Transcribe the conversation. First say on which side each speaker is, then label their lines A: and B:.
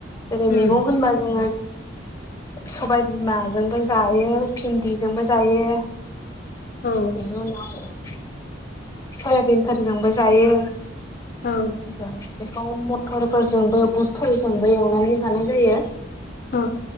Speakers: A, on the left; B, on the left.
A: जेरै
B: उम
A: मैगं होनबा जोङो। सबाय बिमाजोंबो जायो भिन्दिजोंबो जायो।
B: औ
A: बिनि उनाव सयाबिनफोरजोंबो जायो।
B: औ
A: <inaudible> मथरफोरजोंबो बुटफोरजोंबो एवनानै जानाय जायो।
B: औ।